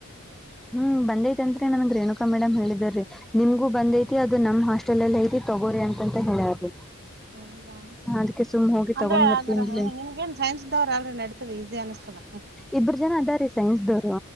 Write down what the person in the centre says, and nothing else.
ಹ್ಮ್ ಬಂದೈತಂತ್ ತ ನನುಗ್ ರೇಣುಕಾ ಮೇಡಮ್ ಹೇಳಿದ್ದುರೀ ನಿಮ್ಗೂ ಬಂದೈತಿ ಅದು ನಮ್ ಹಾಸ್ಟೆಲ್ ಅಲ್ಲಿ ಇದೆ ತಗೋಳಿ ಅಂತ ಹೇಳ್ಯಾರ್ರಿ
ಅದಕ್ಕೆ ಸುಮ್ ಹೋಗಿ
ತಗೊಂಡ್ ಬರ್ತೀನ್ರಿ
ಇಬ್ರು ಜನ ಅದಾರೀ ಸೈನ್ಸ್ದವ್ರು.